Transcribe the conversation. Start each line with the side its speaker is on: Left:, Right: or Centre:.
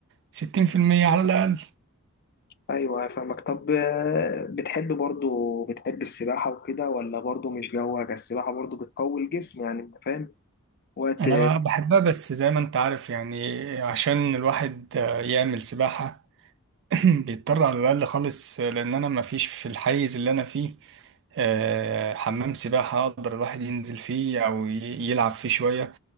Right: 60% على الأقل
Left: ايوه فاهمك طب آه، بتحب برضو بتحب السباحه وكده ولا برضو مش جوك السباحه برضو بتقوي الجسم يعني انت فاهم وقت
Right: أنا بحبها بس زي ما أنت عارف يعني عشان الواحد يعمل سباحة <clears throat> بيضطر على الأقل خالص لأن أنا مفيش في الحيز اللي أنا فيه آه، حمام سباحة أقدر الواحد ينزل فيه أو ي- يلعب فيه شوية